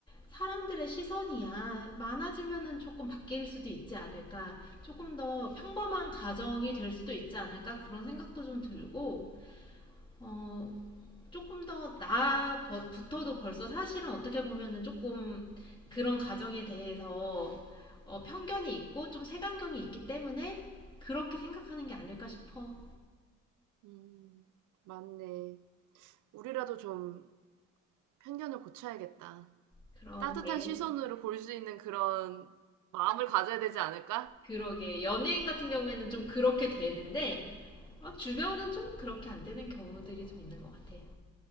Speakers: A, on the left (about 15°); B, on the right (about 80°).
A: 사람들의 시선이야 많아지면은 조금 바뀔 수도 있지 않을까 조금 더 평범한 가정이 될 수도 있지 않을까 그런 생각도 좀 들고 어, 조금 더 나부터도 벌써 사실은 어떻게 보면은 조금 그런 가정에 대해서 어, 편견이 있고 좀 색안경이 있기 때문에 그렇게 생각하는 게 아닐까 싶어.
B: 음, 맞네. 우리라도 좀 편견을 고쳐야겠다.
A: 그러게,
B: 따뜻한 시선으로 볼 수 있는 그런 마음을 가져야 되지 않을까?
A: 그러게. 연예인 같은 경우에는 좀 그렇게 되는데, 어, 주변은 좀 그렇게 안 되는 경우들이 좀 있는 것 같아.